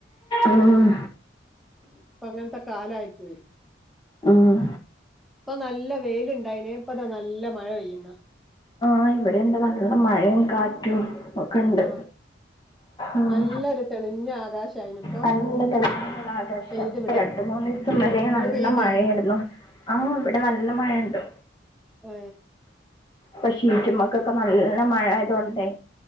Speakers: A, on the left; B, in the centre.
A: ഉം
B: ഇപ്പൊ അങ്ങനത്തെ കാലയിപ്പോയി
A: ഉം
B: ഇപ്പൊ നല്ല വെയിലുണ്ടായിനപ്പന്നാ നല്ല മഴ പെയ്യുന്ന
A: ആ ഇവിടെ എന്താ പറഞ്ഞുള്ള മഴയും കാറ്റും. ഒക്കെണ്ട്
B: ആ
A: ഉം
B: നല്ലൊരു തെളിഞ്ഞ ആകാശായിന് ഇപ്പൊ
A: നല്ല കള ആകാശം
B: പെയ്ത് വിടാൻ
A: രണ്ടു മൂന്നു ദിവസം വരെ
B: അങ്ങോട്ട്
A: നല്ല
B: പെയ്യുന്നോ
A: മഴയരുന്നു, ആ ഇവിടെ നല്ല മഴയുണ്ട്.
B: ഉം
A: പക്ഷെ ഷീറ്റുമക്കൊക്കെ നല്ല മഴയായത് കൊണ്ടേ